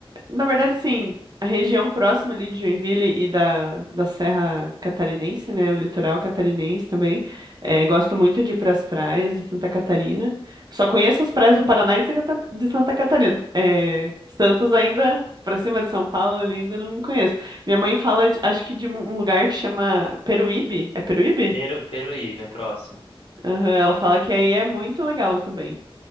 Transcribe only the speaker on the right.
na verdade, sim, a região próxima ali de Joinville e da, da Serra Catarinense, né, o litoral catarinense também. Eh, gosto muito de ir para as praias de Santa Catarina. Só conheço as praias do Paraná e de Santa Cata- de Santa Catarina. Eh, Santos ainda para cima de São Paulo, ali ainda não conheço. Minha mãe fala, de- acho que de um um lugar que chama Peruíbe. É Peruíbe?
Aham, ela fala que aí é muito legal também.